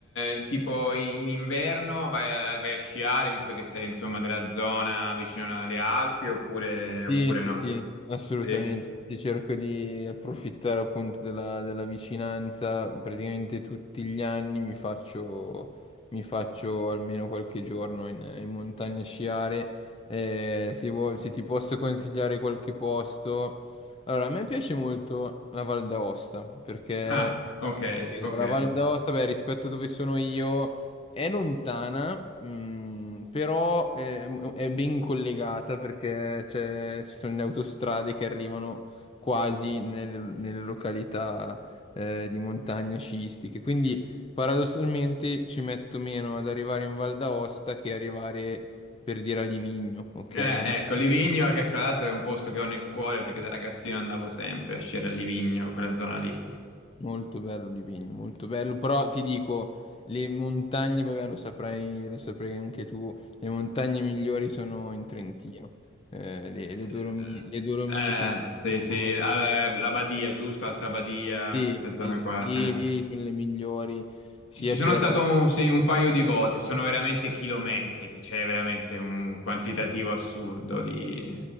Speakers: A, on the left; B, on the left.
A: eh, tipo in inverno vai a, vai a sciare, visto che sei insomma della zona vicino alle Alpi, oppure,
B: Sì,
A: oppure
B: sì,
A: no?
B: sì, assolutamente.
A: Sì?
B: Ti cerco di approfittare appunto della, della vicinanza. Praticamente tutti gli anni mi faccio, mi faccio almeno qualche giorno in, in montagna a sciare. Eh, se, vuoi- se ti posso consigliare qualche posto. Allora, a me piace molto la Val d'Aosta perché
A: Ah, ok,
B: ti spiego,
A: ok.
B: la Val d'Aosta, beh, rispetto a dove sono io. È lontana, mm, però è, è ben collegata perché c'è- ci sono le autostrade che arrivano quasi nelle, nelle località eh, di montagna sciistiche. Quindi paradossalmente ci metto meno ad arrivare in Val d'Aosta che arrivare per dire a Livigno, ok?
A: Eh,
B: Anche
A: ecco, Livigno, che fra l'altro è un posto che ho nel cuore perché da ragazzino andavo sempre a sciare a Livigno, quella zona lì.
B: Molto bello Livigno, molto bello, però ti dico, le montagne, vabbè, lo saprai, lo saprai anche tu, le montagne migliori sono in Trentino, Eh, le,
A: S-
B: le Dolomi- le Dolomiti
A: Eh, sì,
B: sono,
A: sì, alla- la Badia, giusto? Alta Badia,
B: sì,
A: questa zona
B: sì, sì,
A: qua.
B: lì,
A: eh.
B: lì sono le migliori, sia
A: Ci ci sono
B: per,
A: stato, un, sì, un paio di volte, sono veramente chilometriche, c'è veramente un quantitativo assurdo di,